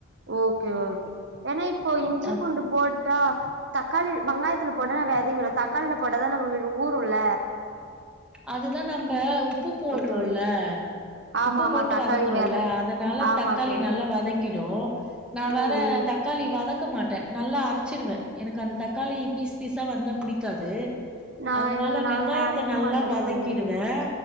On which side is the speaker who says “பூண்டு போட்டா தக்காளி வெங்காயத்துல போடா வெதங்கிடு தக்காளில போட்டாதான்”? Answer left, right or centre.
Right